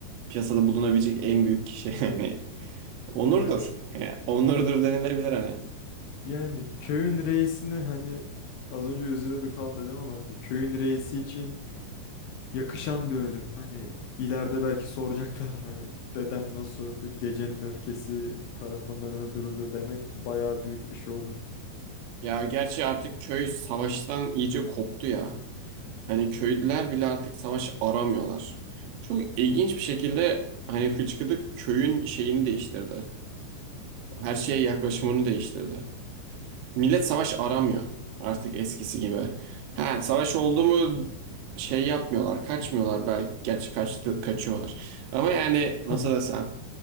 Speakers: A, on the right (about 85°); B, on the left (about 80°).
A: Piyasada bulunabilecek en büyük kişi <laughs> yani. Onurdur.
B: Evet.
A: Yani onurdur denilebilir hani.
B: Yani köyün reisini hani az önce üzülüyorduk falan dedim ama hani köyün reisi için yakışan bir ölüm. Hani ileride belki soracaklar hani dedem nasıl öldü? Gecenin öfkesi tarafından öldürüldü demek bayağı büyük bir şey olur.
A: Ya gerçi artık köy savaştan iyice koptu ya. Hani köylüler bile artık savaş aramıyorlar. Çok ilginç bir şekilde hani Hıçkıdık köyün şeyini değiştirdi. Her şeye yaklaşımını değiştirdi. Millet savaş aramıyor artık eskisi gibi. Ha, savaş oldu mu şey yapmıyorlar, kaçmıyorlar belki. Gerçi kaçtı, kaçıyorlar. Ama yani
B: <laughs>
A: nasıl desem